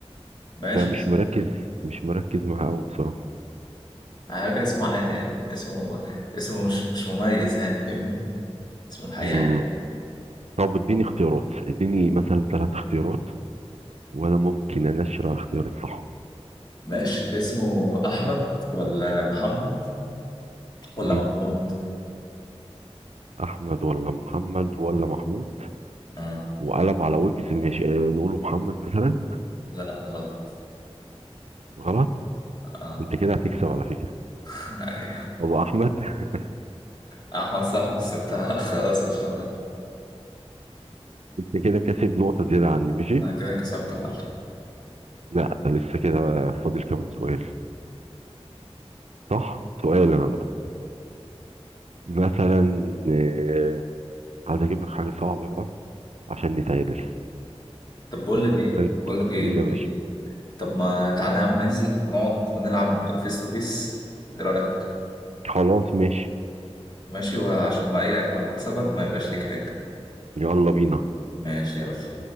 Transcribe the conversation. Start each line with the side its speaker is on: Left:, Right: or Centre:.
Left: ماشي
Right: فمش مركز مش مركز معاه قوي بصراحة
Left: على فكرة اسمه عادي يعني اسمه اسمه مش مش مميز يعني فاهمني اسمه الحقيقي
Right: مم.
Left: عادي
Right: طب اديني اختيارات اديني مثلا ثلاث اختيارات وانا ممكن انشر على الاختيار الصح
Left: ماشي اسمه أحمد ولا محمد ولا
Right: مم.
Left: محمود
Right: احمد ولا محمد ولا محمود
Left: اه
Right: وقلب على وجز ماشي آه، نقوله محمد مثلا
Left: لا غلط
Right: غلط
Left: اه
Right: انت كده هتكسب على فكره
Left: <laughs> ايوه
Right: ابو احمد <laughs>
Left: أحمد صح بس أنت <laughs> خلاص قلت غلط
Right: انت كده كسب نقطه زياده عني ماشي
Left: أنا كده كسبت يا معلم
Right: لا لسه كده بقى فاضل كمان سؤال صح سؤال انا بقى مثلا آه، عايز اجيب لك حاجه صعبه بقى عشان نتعادل
Left: طب بقول
Right: اقول
Left: لك إيه
Right: لك
Left: بقول لك إيه
Right: ايه
Left: بقول
Right: يا باشا
Left: لك إيه طب ما تعالى يا عم ننزل ونقعد ونلعب فيس تو فيس إيه رأيك
Right: خلاص ماشي
Left: ماشي وعشان ما إيه لما أكسبك ما يبقاش ليك حاجة
Right: يلا بينا
Left: ماشي يلا